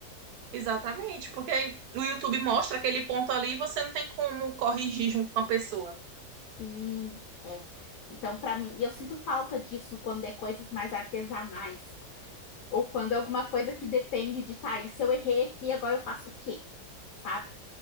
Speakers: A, on the right (about 70°); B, on the left (about 65°).
A: Exatamente, porque o YouTube mostra aquele ponto ali e você não tem como corrigir junto com a pessoa.
B: Sim, é. Então, para mim, e eu sinto falta disso quando é coisas mais artesanais, ou quando é alguma coisa que depende de, tá, isso eu errei aqui, agora eu faço o quê? Sabe?